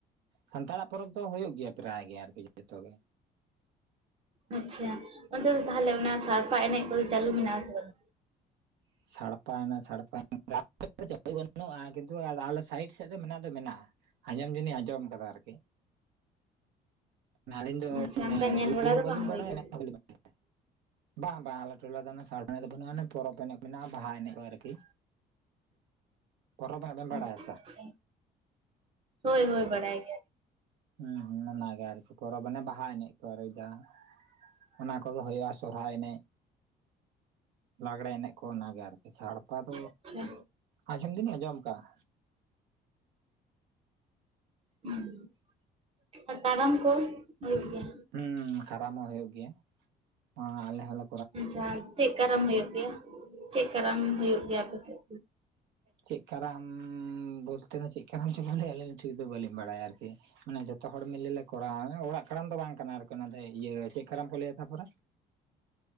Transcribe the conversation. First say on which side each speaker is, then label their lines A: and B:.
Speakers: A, on the right; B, on the right.
A: ᱥᱟᱱᱛᱟᱲᱟᱜ ᱯᱚᱨᱚᱵᱽ ᱫᱚ ᱦᱩᱭᱩᱜ ᱜᱮᱭᱟ ᱯᱨᱟᱭ ᱜᱮ ᱟᱨᱠᱤ ᱡᱚᱛᱚ ᱜᱮ᱾
B: ᱟᱪᱪᱷᱟ ᱚᱱᱛᱮ ᱫᱚ ᱛᱟᱦᱚᱞᱮ ᱚᱱᱟ ᱥᱟᱲᱯᱟ ᱮᱱᱮᱜ ᱠᱚᱫᱚ ᱪᱟᱹᱞᱩ ᱢᱮᱱᱟᱜ ᱟᱥᱮ ᱵᱟᱝ?
A: ᱥᱟᱲᱯᱟ ᱮᱱᱮᱜ ᱥᱟᱲᱯᱟ ᱮᱱᱮᱜ ᱟᱞᱮ ᱥᱮᱜ ᱫᱚ ᱪᱟ. ᱞᱩ ᱵᱟᱹᱱᱩᱜᱼᱟ ᱠᱤᱱᱛᱩ ᱟ ᱟᱞᱮ ᱥᱟᱭᱤᱰ, ᱮᱫ ᱫᱚ ᱢᱮᱱᱟᱜ ᱫᱚ ᱢᱮᱱᱟᱜᱼᱟ ᱟᱸᱡᱚᱢ ᱡᱤᱱᱤᱧ ᱟᱸᱡᱚᱢ ᱠᱟᱫᱟ ᱟᱨᱠᱤ, ᱱᱟᱹᱞᱤᱧ ᱫᱚ
B: ᱟᱪᱪᱷᱟ
A: ᱢᱟᱱᱮ
B: ᱚᱱᱠᱟ ᱧᱮᱞ
A: ᱨᱩ
B: ᱵᱟᱲᱟ
A: ᱦᱚᱸ
B: ᱫᱚ
A: ᱵᱟᱹᱞᱤᱧ
B: ᱵᱟᱝ ᱦᱩᱭ
A: ᱵᱟᱲᱟᱭᱟ
B: ᱠᱟᱱᱟ
A: ᱮᱱᱮᱜ ᱦᱚᱸ ᱵᱟᱹᱞᱤᱧ, <inaudible> ᱵᱟᱝ ᱵᱟᱝ ᱟᱞᱮ ᱴᱚᱞᱟ ᱫᱚ ᱥᱟᱲᱯᱟ ᱮᱱᱮᱜ ᱫᱚ ᱵᱟᱹᱱᱩᱜᱼᱟᱱᱮ ᱯᱚᱨᱚᱵᱽ ᱮᱱᱮᱜ ᱢᱮᱱᱟᱜᱼᱟ ᱵᱟᱦᱟ ᱮᱱᱮᱜ ᱠᱚ ᱟᱨᱠᱤ ᱯᱚᱨᱚᱵᱽ ᱵᱟᱵᱮᱱ ᱵᱟᱲᱟᱭᱟ
B: ᱟᱪᱪᱷᱟ
A: ᱥᱮ
B: ᱟᱪᱪᱷᱟ
A: ᱵᱟᱝ?
B: ᱦᱳᱭ ᱦᱳᱭ ᱵᱟᱰᱟᱭ ᱜᱮ᱾
A: ᱦᱮᱸ ᱦᱮᱸ ᱚᱱᱟᱜᱮ ᱟᱨᱠᱤ ᱯᱚᱨᱚᱵᱽ ᱢᱟᱱᱮ ᱵᱟᱦᱟ ᱮᱱᱮᱜ ᱠᱚ ᱟᱨ ᱡᱟᱦᱟᱸ, ᱚᱱᱟ ᱠᱚᱜᱮ ᱦᱩᱭᱩᱜᱼᱟ ᱥᱚᱨᱦᱟᱭ ᱮᱱᱮᱜ ᱞᱟᱜᱽᱲᱮ ᱮᱱᱮᱜ ᱠᱚ ᱚᱱᱟᱜᱮ ᱟᱨ, ᱥᱟᱲᱯᱟ ᱫᱚ
B: ᱟᱪᱪᱷᱟ
A: ᱟᱸᱡᱚᱢ ᱫᱤᱱᱤᱧ ᱟᱸᱡᱚᱢ ᱠᱟᱜᱼᱟ᱾
B: ᱦᱩᱸ ᱟᱨ ᱠᱟᱨᱟᱢ ᱠᱚ ᱦᱩᱭᱩᱜ ᱜᱮᱭᱟ?
A: ᱦᱩᱸ ᱠᱟᱨᱟᱢ ᱦᱚᱸ ᱦᱩᱭᱩᱜ ᱜᱮᱭᱟ, ᱱᱚᱣᱟ ᱟᱞᱮ ᱦᱚᱞᱮ
B: ᱟᱪᱪᱷᱟ ᱪᱮᱫ ᱠᱟᱨᱟᱢ ᱦᱩᱭᱩᱜ ᱜᱮᱭᱟ? ᱪᱮᱫ ᱠᱟᱨᱟᱢ ᱦᱩᱭᱩᱜ ᱜᱮᱭᱟ ᱟᱯᱮ ᱥᱮᱫ?
A: ᱪᱮᱫ ᱠᱟᱨᱟᱢ?
B: <inaudible>
A: ᱵᱚᱞᱛᱮ ᱫᱚ ᱪᱮᱫ ᱠᱟᱨᱟᱢ ᱪᱚᱠᱚ ᱞᱟᱹᱭᱟ ᱟᱹᱞᱤᱧ ᱴᱷᱤᱠ ᱫᱚ ᱵᱟᱹᱞᱤᱧ ᱵᱟᱲᱟᱭᱟ ᱟᱨᱠᱤ᱾ ᱢᱟᱱᱮ ᱡᱷᱚᱛᱚ ᱦᱚᱲ ᱢᱤᱞᱮ ᱞᱮ ᱠᱚᱨᱟᱣᱟ, ᱚᱲᱟᱜ ᱠᱟᱨᱟᱢ ᱫᱚ ᱵᱟᱝ ᱠᱟᱱᱟ ᱟᱨᱠᱤ, ᱚᱱᱟ ᱤᱭᱟᱹ ᱪᱮᱫ ᱠᱟᱨᱟᱢ ᱠᱚ ᱞᱟᱹᱭᱟ ᱛᱟᱯᱚᱨᱮ?